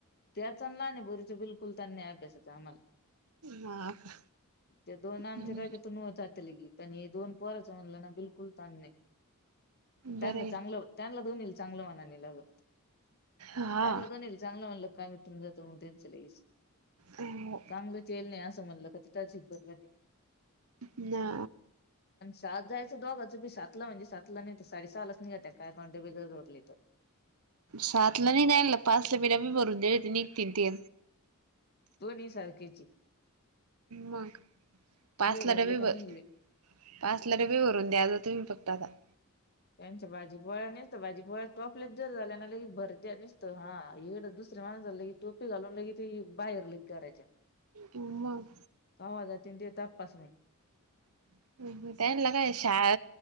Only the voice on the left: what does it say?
त्याचना आणि बोरीच बिलकुल त्यां नाही अभ्यासाचं आम्हाला.
त्या दोन आमच्या
टाकतूनत. दोन पोराच म्हणला ना बिलकुल ताण नाही.
त्यांना
चांगलं त्यांला दोन येईल चांगलं म्हनानेलग.
तांलंण येईल चांगलं म्हणलं काय मिटून जातो मग त्यांचं लईच.
चांगलं चेल नाही असं म्हणलं का तिथच बरबती.
सात जायचं दोघाचं पी सातला म्हणजे सातला नाही तर साडे सहा लाच निघा त्या काय काॉन्टिब्यटर जोडली तर.
तो नि सारखेची.
भरले
का निघले
त्यांच्या भाजी पोळ्या नाही तर भाजी पोळ्या तो आपल्यात जर झाल्या ना लग भर. निसतं हा इड दुसरे माणस झालं की टोपी घालून की त बाहेर ल घरायच्या.
आवाजातन ते तपास नाही.